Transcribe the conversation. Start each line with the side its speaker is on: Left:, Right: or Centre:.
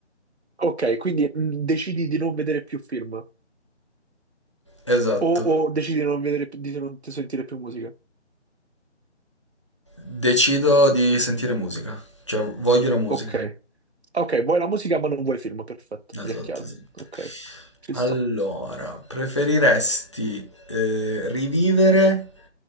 Right: Ok, quindi mh, decidi di non vedere più film o,
Left: Esatto.
Right: o decidi di non vedere, pi- di non sentire più musica.
Left: Decido di sentire musica, cioè voglio la musica.
Right: Ok, ok, vuoi la musica ma non vuoi film, perfetto,
Left: Esatto,
Right: mi è chiaro.
Left: esatto.
Right: Ok, ci
Left: Allora,
Right: sto.
Left: preferiresti eh, rivivere